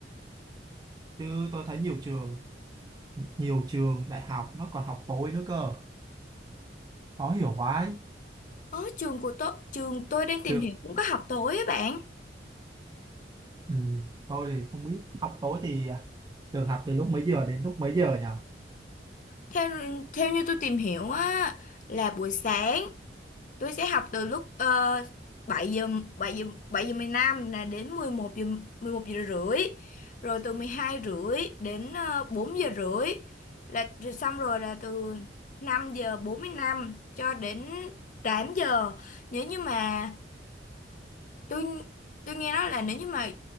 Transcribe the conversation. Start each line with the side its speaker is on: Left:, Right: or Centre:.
Right: chứ tôi thấy nhiều trường nhiều trường đại học nó còn học tối nữa cơ khó hiểu vãi
Left: ở trường của tôi trường tôi đang tìm
Right: chứ
Left: hiểu cũng có học tối á bạn
Right: ừ, tôi thì không biết học tối thì à, trường học từ lúc mấy giờ đến lúc mấy giờ nhỉ
Left: theo theo như tôi tìm hiểu á là buổi sáng tôi sẽ học từ lúc ờ, 7 giờ 7 giờ 7 giờ 15 là đến 11 giờ 11 giờ rưỡi rồi từ 12 rưỡi đến uh, 4 giờ rưỡi là rồi xong rồi là từ 5 giờ 45 cho đến 8 giờ nếu như mà tôi tôi nghe nói là nếu như mà